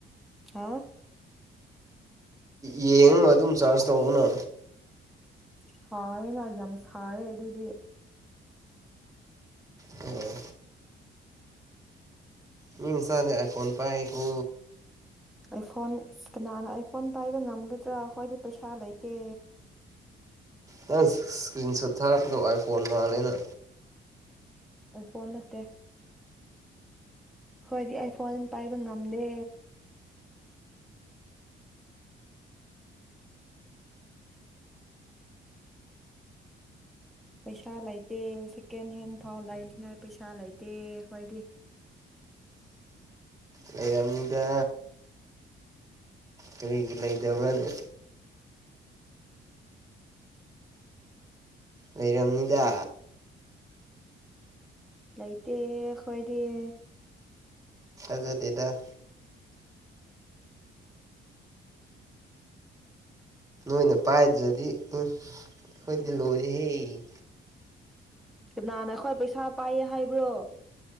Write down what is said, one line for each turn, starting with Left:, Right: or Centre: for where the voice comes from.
Centre: ꯈ
Right: ꯌꯦꯡꯉꯒ ꯑꯗꯨꯝ ꯆꯥꯔꯖ ꯇꯧꯅ
Centre: ꯁꯥꯏꯅ ꯌꯥꯝ ꯁꯥꯏ ꯑꯗꯨꯗꯤ
Right: ꯑꯣ ꯃꯤꯤꯡꯁꯗꯦ ꯑꯥꯏ ꯐꯣꯟ ꯄꯥꯏ ꯀꯨ
Centre: ꯑꯩꯐꯣꯟ ꯀꯅꯥꯅ ꯑꯩꯥꯏꯐꯣꯟ ꯄꯥꯏꯕ ꯉꯝꯒꯗ꯭ꯔꯥ ꯈ꯭ꯣꯏꯗꯤ ꯄꯩꯁꯥ ꯂꯩꯇꯦ
Right: ꯅꯪ ꯏꯁꯀ꯭ꯔꯤꯟ ꯁꯣꯠ ꯊꯥꯔꯛꯄꯗꯣ ꯑꯥꯏ ꯐꯣꯟ ꯃꯥꯜꯂꯦꯅ
Centre: ꯐꯣꯟ ꯅꯠꯇꯦ ꯍꯣꯏꯗꯤ ꯑꯩ ꯐꯣꯟ ꯄꯥꯏꯕ ꯉꯝꯗꯦ ꯄꯩꯁꯥ ꯂꯩꯇꯦ ꯁꯦꯀꯦꯟ ꯍꯦꯟ ꯐꯥꯎ ꯂꯩꯅꯤꯡꯉꯥꯏ ꯄꯩꯁꯥ ꯂꯩꯇꯦ ꯑꯩꯈꯣꯏꯗꯤ
Right: ꯂꯩꯔꯝꯅꯤꯗ ꯀꯔꯤꯒꯤ ꯂꯩꯇꯕ꯭ꯔꯅꯦ ꯂꯩꯔꯝꯅꯤꯗ
Centre: ꯂꯩꯥꯏꯇꯦ ꯈꯋꯥꯣꯏꯗꯌꯦ
Right: ꯖ ꯗꯦꯗ ꯑꯩꯈꯣꯏꯅ ꯄꯥꯏꯗ꯭ꯔꯗꯤ ꯎ ꯑꯩꯈꯣꯏꯗꯤ ꯂꯣꯏꯔꯦꯍꯦ
Centre: ꯀꯅꯥꯅ ꯈ꯭ꯋꯥ ꯄꯩꯁꯥ ꯄꯥꯏꯌꯦ ꯍꯥꯏꯕ꯭ꯔꯣ